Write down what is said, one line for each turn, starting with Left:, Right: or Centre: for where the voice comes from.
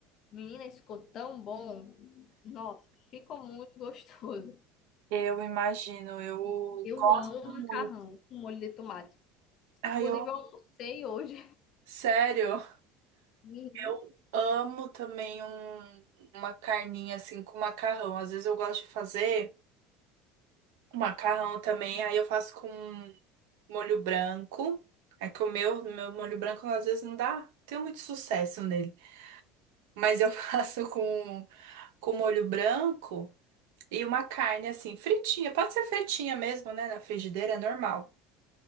Left: Menina, isso ficou tão bom. Nossa, ficou muito <laughs> gostoso.
Right: Eu imagino, eu
Left: Eu
Right: gosto
Left: amo
Right: muito.
Left: macarrão com molho de tomate.
Right: Ai,
Left: Inclusive,
Right: eu,
Left: eu almocei hoje.
Right: sério,
Left: E
Right: eu amo também um- uma carninha assim com macarrão. Às vezes eu gosto de fazer um macarrão também, aí eu faço com molho branco. É que o meu, meu molho branco às vezes não dá, tenho muito sucesso nele. Mas eu <laughs> faço com, com molho branco e uma carne assim, fritinha. Pode ser fritinha mesmo, né? Na frigideira, é normal.